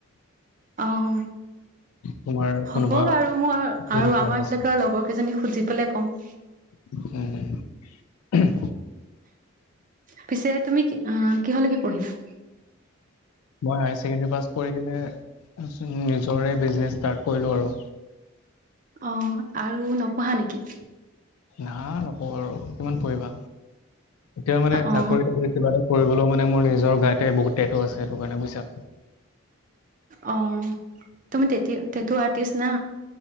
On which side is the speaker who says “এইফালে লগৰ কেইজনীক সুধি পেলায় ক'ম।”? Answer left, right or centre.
Right